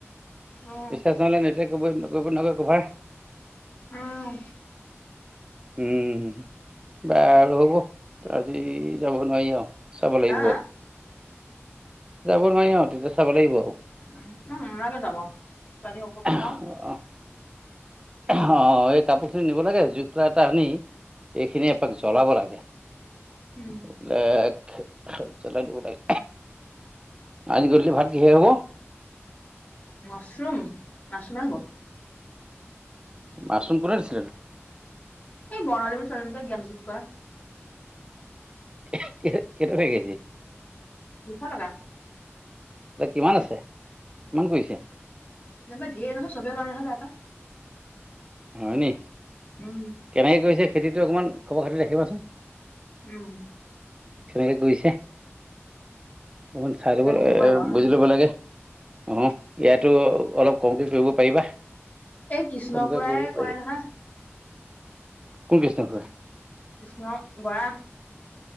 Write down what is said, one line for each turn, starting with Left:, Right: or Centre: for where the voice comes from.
Left: অ
Right: ৰিচাৰ্জ নহলে নিতৌ কবৈ নবকৈ নকয় কভাৰ
Left: আও
Right: উম, বাৰু হ'ব। আজি যাব নোৱাৰি আও চাব লাগিব।
Left: হা
Right: যাব নোৱাৰি, অ তেতিয়া চাব লাগিব আও।
Left: উম নালাগে যাব ছোৱালী অসুবিধাও
Right: <unintelligible> অ এই কাপোৰখিনি নিব লাগে জুইখোলাটা টানি এইখিনি এপাক জ্বলাব লাগে,
Left: উম
Right: এইবিলাক জ্বলাই দিব লাগে। আজি গধূলি ভাত কিহে হ'ব?
Left: মাছৰুম মাছৰুমেই হ'ব।
Right: মছৰুম কোনে দিছিলে নো?
Left: এই বৰ্ণালী ছোৱালীজনী যে জ্ঞানজ্যোতিত কৰে।
Right: খেই খে কেই টকা কেজি?
Left: দুশ টকা।
Right: দা কিমান আছে, কিমান কৰিছে?
Left: যেনিবা ঢেৰ নহয় চবে লয় নহয় তাৰ পা।
Right: হয় নি?
Left: উম
Right: কেনেকে কৰিছে খেতিটো অকণমান খবৰ খাতি ৰাখিবাচোন।
Left: উম
Right: কেনেকে কৰিছে? অকণমান চাই দিব
Left: তাক সুধিব লাগিব
Right: বুজি
Left: উম
Right: ল'ব লাগে। অ ইয়াতো অলপ কমক কৰিব পাৰিবা।
Left: এই কৃষ্ণ
Right: কমকে
Left: খুৰাই
Right: কৰিব পাৰি
Left: কয় নহয়।
Right: কোন কৃষ্ণ খোড়া?
Left: কৃষ্ণ বৰা।